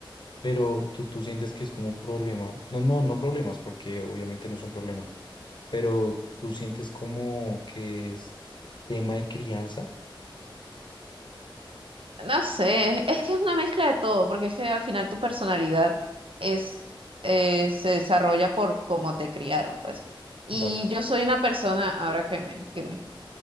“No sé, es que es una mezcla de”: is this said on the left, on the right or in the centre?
Right